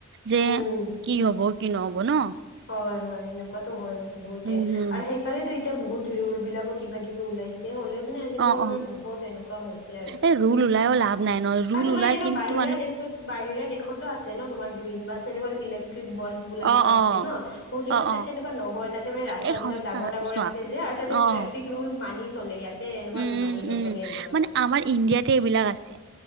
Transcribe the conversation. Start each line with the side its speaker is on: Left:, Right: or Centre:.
Right: যে
Left: উম
Right: কি হব কি নহব ন।
Left: হয়, হয়, সেনেকুৱাতটো হয় বহুতে
Right: উম হম
Left: আৰু সেইকাৰণো এতিয়া বহুত ৰোল বিলাকো কিবা কিবি ওলাইছ হ'লেও মানে আজিকালি
Right: অ
Left: তোমাৰ
Right: অ
Left: বহুত এনেকুৱা হৈছে আৰু।
Right: এই ৰুল ওলাইও লাভ নাই ন ৰুল
Left: আৰু তোমাৰ
Right: ওলাই
Left: এনেকুৱা
Right: কিন্তু
Left: বাহিৰা
Right: মানুহ
Left: দেশত বাহিৰা দেশতো আছে ন তোমাৰ গ্ৰীণ বাছ এনেকুৱা ইলেক্ট্ৰিক বাছ বিলাক।
Right: অ অ
Left: ন হ'লও
Right: অ
Left: মান তাত
Right: অ
Left: তেনেকুৱা নহয় তাতে মানে ৰাস্তাাবলাক
Right: এই সঁচা
Left: ডাঙৰ ডাঙৰ
Right: চোৱা
Left: আছে যে আৰু তাতে
Right: অ
Left: ট্ৰেফিক
Right: অ
Left: ৰুল মানি চলে ইয়াতে এনেকুৱা
Right: উম উম
Left: মানি নচলে
Right: উম
Left: ইমান
Right: মানে আমাৰ ইণ্ডিয়াতে এইবিলাক আছে